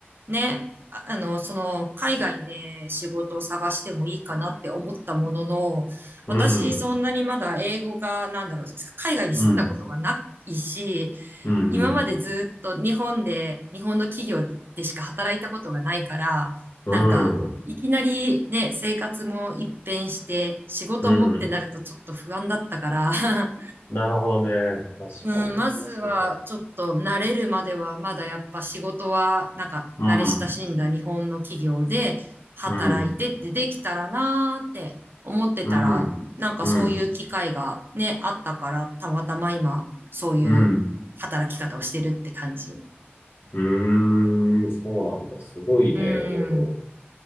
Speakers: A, on the right (about 55°); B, on the left (about 65°).
A: ね、ああの、その、海外で仕事を探してもいいかなって思ったものの、私、
B: ん、
A: そんなにまだ英語が、なんだろう、海外に住んだことがないし、
B: うん、うん、うん、
A: 今までずっと日本で、日本の企業でしか働いたことがないから、
B: う
A: なんか、
B: ん、
A: いきなりね、生活も一変して、仕事もってなるとちょっと不安だったから
B: うん。
A: <laughs>
B: なるほどね。確かに。
A: うん、まずはちょっと慣れるまではまだやっぱ仕事はなんか慣れ親しんだ日本の企業で働いてってできたらなーって思ってたらなんかそういう機会がね、
B: そうか。うん、うん、うん、うん、
A: あったからたまたま今そういう働き方をしてるって感じ。
B: うん。うーん、そうなんだ。すごいね。
A: うん。
B: でも、